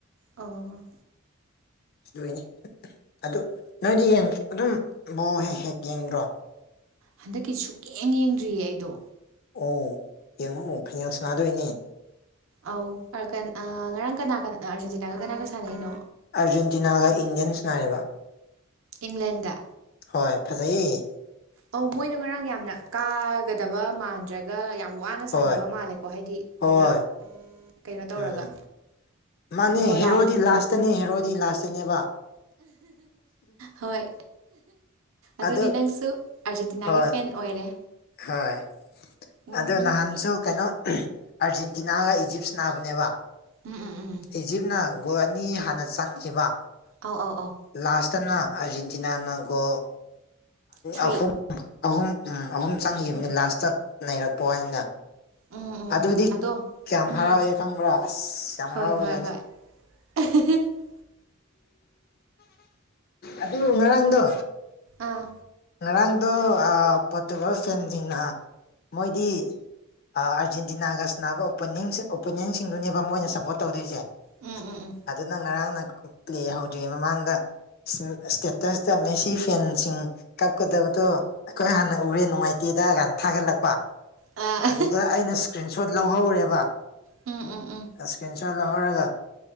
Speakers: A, on the right; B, on the left.
A: ꯑꯣ
B: ꯑꯗꯨꯏꯅꯤ ꯑꯗꯨ ꯅꯣꯏꯗꯤ ꯌꯦꯡ ꯑꯗꯨꯝ ꯕꯣ ꯍꯦꯛ ꯍꯦꯛ ꯌꯦꯡꯗ꯭ꯔꯣ
A: ꯍꯟꯗꯛꯀꯤ ꯁꯨꯛꯌꯦꯡ ꯌꯦꯡꯗ꯭ꯔꯤꯌꯦ ꯑꯩꯗꯣ
B: ꯑꯣ ꯌꯦꯡꯉꯛꯑꯣ ꯐꯥꯏꯅꯦꯜ ꯁꯅꯥꯗꯣꯏꯅꯦ
A: ꯑꯧ ꯑꯔꯀꯟ ꯑ ꯉꯔꯥꯡ ꯀꯅꯥ ꯀꯅ ꯑꯥꯔꯖꯦꯟꯇꯤꯅꯥꯒ ꯀꯅꯥꯒ ꯁꯥꯟꯅꯩꯅꯣ
B: ꯑꯥꯔꯖꯦꯟꯇꯤꯅꯥꯒ ꯏꯪꯂꯦꯟꯁ ꯁꯅꯔꯤꯕ
A: ꯏꯪꯂꯦꯟꯒ
B: ꯍꯣꯏ ꯐꯖꯩꯌꯦ
A: ꯑꯧ ꯃꯣꯏꯗꯣ ꯉꯔꯥꯡ ꯌꯥꯝꯅ ꯀꯥꯒꯗꯕ ꯃꯥꯟꯗ꯭ꯔꯒ ꯒ ꯌꯥꯝ ꯋꯥꯅ
B: ꯍꯣꯏ
A: ꯁꯥꯟꯅꯕ ꯃꯥꯜꯂꯦꯀꯣ ꯍꯥꯏꯗꯤ
B: ꯍꯣꯏ
A: ꯈꯔ ꯀꯩꯅꯣ ꯇꯧꯔꯒ
B: ꯎꯝ ꯃꯥꯅꯦ
A: ꯑꯗꯨꯒ
B: ꯍꯦꯔꯣꯗꯤ
A: ꯂꯥ
B: ꯂꯥꯁꯇꯅꯦ ꯍꯦꯔꯣꯗꯤ ꯂꯥꯁꯇꯅꯦꯕ
A: ꯍꯣꯏ ꯑꯗꯨꯗꯤ
B: ꯑꯗꯨ
A: ꯅꯪꯁꯨ ꯑꯥꯔꯖꯦꯟꯇꯤꯅꯥꯒꯤ
B: ꯍꯣꯏ
A: ꯐꯦꯟ ꯑꯣꯏꯔꯦ
B: ꯍꯣꯏ
A: ꯎꯝ
B: ꯑꯗꯣ ꯅꯍꯥꯟꯁꯨ ꯀꯩꯅꯣ ꯑꯥꯔꯖꯦꯟꯇꯤꯅꯥꯒ ꯏꯖꯤꯞꯁ ꯅꯥꯕꯅꯦꯕ
A: ꯎꯝ ꯎꯝ ꯎꯝ
B: ꯏꯖꯤꯞꯅ ꯒꯣꯜ ꯑꯅꯤ ꯍꯥꯟꯅ ꯆꯪꯈꯤꯕ
A: ꯑꯧ ꯑꯧ ꯑꯧ
B: ꯂꯥꯁꯇꯅ ꯑꯔꯖꯦꯟꯇꯤꯅꯥꯅ ꯒꯣꯜ
A: ꯊ꯭ꯔꯤ
B: ꯑꯍꯨꯝ ꯑꯍꯨꯝ ꯎꯝ ꯑꯍꯨꯝ ꯆꯪꯈꯤꯕꯅꯤ
A: ꯎꯝ
B: ꯂꯥꯁꯇ ꯅꯔꯛꯄ ꯋꯥꯅꯤꯅ
A: ꯎꯝ ꯎꯝ
B: ꯑꯗꯨꯗꯤ
A: ꯎꯝ ꯑꯗꯣ
B: ꯀꯌꯥꯝ
A: ꯎꯝ
B: ꯍꯔꯥꯎꯋꯦ
A: ꯎꯝ
B: ꯈꯪꯕ꯭ꯔꯥ ꯑꯁ ꯌꯥꯝ
A: ꯍꯣꯏ
B: ꯍꯔꯥꯎꯕꯖꯥꯠꯅꯤ
A: ꯍꯣꯏ ꯍꯣꯏ <inaudible>
B: ꯑꯗꯨ ꯉꯔꯥꯡꯗꯣ
A: ꯑꯥ
B: ꯉꯔꯥꯡꯗꯣ ꯑ ꯄꯣꯇꯨꯒꯜ ꯐꯦꯟꯖꯤꯡꯅ ꯃꯣꯏꯗꯤ ꯑ ꯑꯥꯔꯖꯦꯟꯇꯤꯅꯥꯒ ꯁꯥꯟꯅꯕ ꯑꯣꯞꯄꯅꯤꯡ ꯑꯣꯄꯣꯅꯦꯟꯁꯤꯡꯗꯨꯅꯦꯕ ꯃꯣꯏꯅ ꯁꯞꯄꯣꯔꯠ ꯇꯧꯗꯣꯏꯁꯦ
A: ꯎꯝ ꯎꯝ ꯎꯝ
B: ꯑꯗꯨ ꯅ ꯉꯔꯥꯡꯅ ꯄ꯭ꯂꯦ ꯍꯧꯗ꯭ꯔꯤꯉꯩ ꯃꯃꯥꯡꯗ ꯏꯁ ꯏꯁꯇꯦꯇꯁꯇ ꯃꯦꯁꯤ ꯐꯦꯟꯁꯤꯡ ꯀꯞꯀꯗꯕꯗꯣ ꯑꯩꯈꯣꯏ ꯍꯥꯟꯅ ꯎꯔꯦ ꯅꯨꯡꯉꯥꯏꯇꯦꯗ ꯀꯅ ꯊꯥꯒꯠꯂꯛꯄ
A: ꯑꯥ
B: ꯑꯗꯨꯗ ꯑꯩꯅ ꯏꯁꯀ꯭ꯔꯤꯟꯁꯣꯠ ꯂꯧꯍꯧꯔꯦꯕ
A: ꯎꯝ ꯎꯝ ꯎꯝ
B: ꯏꯁꯀ꯭ꯔꯤꯟ ꯁꯣꯠ ꯂꯧꯍꯧꯔꯒ